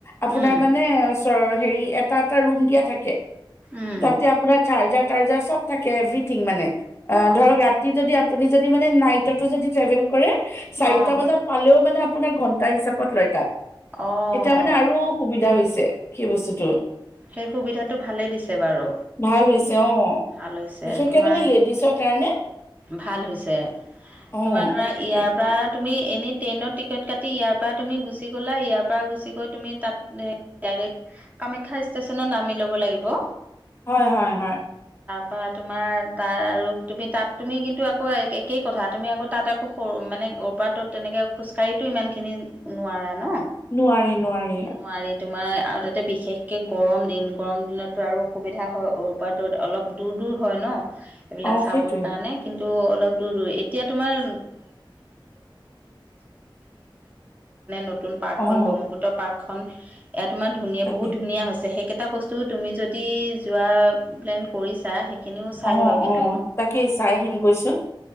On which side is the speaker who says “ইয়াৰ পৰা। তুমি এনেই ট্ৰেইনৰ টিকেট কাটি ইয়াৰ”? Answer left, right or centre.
Right